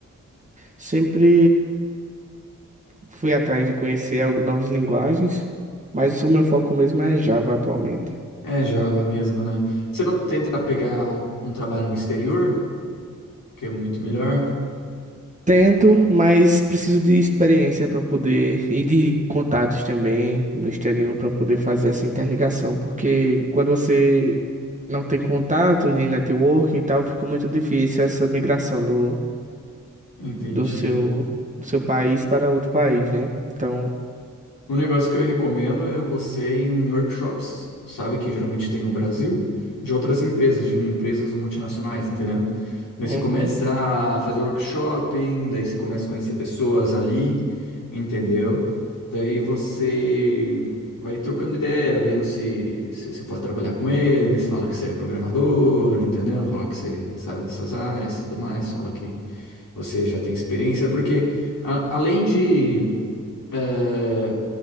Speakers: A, on the right; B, on the left.
A: Sempre fui atrás de conhecer algo- novas linguagens, mas o meu foco mesmo é Java atualmente.
B: É Java mesmo, né? Você não tenta pegar um, um trabalho no exterior, que é muito melhor?
A: Tento, mas preciso de experiência para poder e de contatos também no exterior para poder fazer essa interligação, porque quando você não tem contatos nem networking e tal, fica muito difícil essa migração do,
B: Entendi.
A: do seu do seu país para outro país, né? Então,
B: Um negócio que eu recomendo é você ir em workshops, sabe, que geralmente tem no Brasil, de outras empresas, de empresas multinacionais, entendeu? Daí
A: uhum,
B: você começa a fazer workshopping, daí você começa a conhecer pessoas ali, entendeu? Daí você vai trocando ideia, vendo se, se você pode trabalhar com eles, fala que você é programador, entendeu? Fala que você sabe essas áreas, tudo mais, fala que você já tem experiência, porque a- além de é,